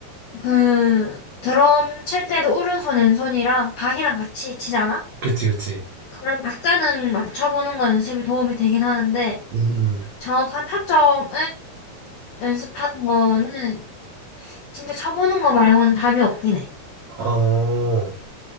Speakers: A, on the left; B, on the right.
A: 그 드럼 칠 때도 오른손 왼손이랑 박이랑 같이 치잖아?
B: 그치, 그치.
A: 그런 박자는 맞춰보는 건 연습이 도움이 되긴 하는데
B: 음, 음.
A: 정확한 타점을 연습하는 거는 진짜 쳐보는 거 말고는 답이 없긴 해.
B: 어,